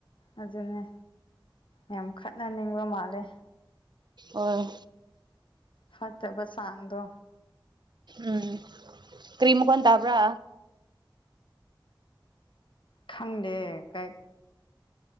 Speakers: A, on the left; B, on the right.
A: ꯑꯗꯨꯅꯦ ꯌꯥꯝ ꯈꯠꯅꯅꯤꯡꯕ ꯃꯥꯜꯂꯦ
B: ꯑꯣ
A: ꯐꯠꯇꯕ ꯁꯥꯡꯗꯣ
B: ꯎꯝ ꯀꯔꯤ ꯃꯀꯣꯟ ꯇꯥꯕ꯭ꯔꯥ
A: ꯈꯪꯗꯦ ꯀꯥꯏ